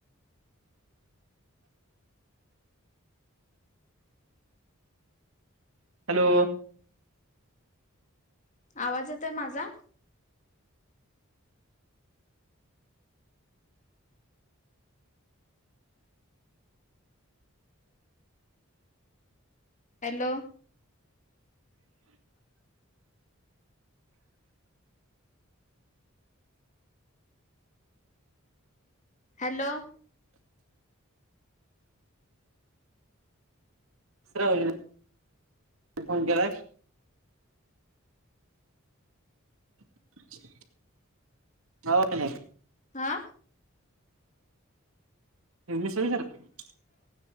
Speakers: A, on the right; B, on the left.
A: हॅलो
B: आवाज येतोय माझा? हॅलो हॅलो
A: श्रावणी न फोन केलाय. <unintelligible> हो नाही
B: आा
A: <unintelligible> सर